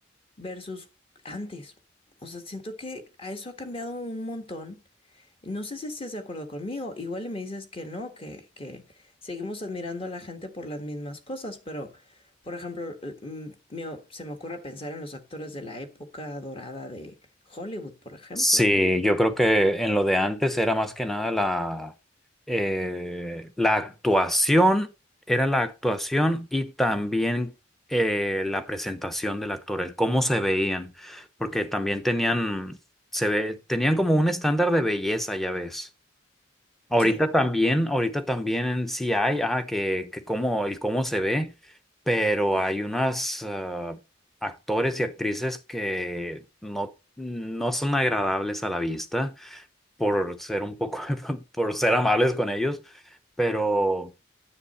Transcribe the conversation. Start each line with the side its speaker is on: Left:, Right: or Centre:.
Left: versus antes. O sea, siento que a eso ha cambiado un montón. No sé si estés de acuerdo conmigo. Igual y me dices que no, que, que seguimos admirando a la gente por las mismas cosas, pero, por ejemplo, mm, se me ocurre pensar en los actores de la época dorada de Hollywood, por ejemplo,
Centre: Sí,
Left: ¿no?
Centre: yo creo que en lo de antes era más que nada la, eh, la actuación, era la actuación y también eh, la presentación del actor, el cómo se veían, porque también tenían, se ve, tenían como un estándar de belleza, ya ves. Ahorita
Left: Sí.
Centre: también, ahorita también sí hay, ah, que, que cómo, el cómo se ve, pero hay unas ah, actores y actrices que no, no son agradables a la vista por ser un poco, <laughs> por ser amables con ellos, pero